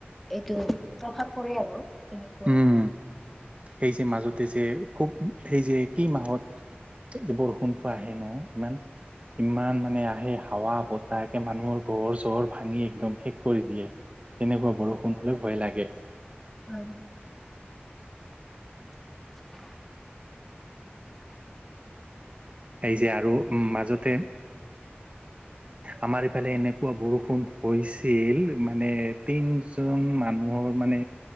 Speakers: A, in the centre; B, on the right.
A: এইটো প্ৰভাৱ পৰে আৰু তেনেকুৱা।
B: উম সেই যে মাজতে যে খুব সেই যে কি মাহত যে বৰষুণটো আহে ন ইমান ইমান মানে আহে হাৱা-বতাহ, মানুহৰ ঘৰ-চৰ ভাঙি একদম শেষ কৰি দিয়ে। তেনেকুৱা বৰষুণলৈ ভয় লাগে।
A: অ'। <inaudible>
B: এই যে আৰু উম মাজতে
A: <inaudible>
B: আমাৰ ইফালে এনেকুৱা বৰষুণ হৈছিল মানে তিনজন মানুহৰ মানে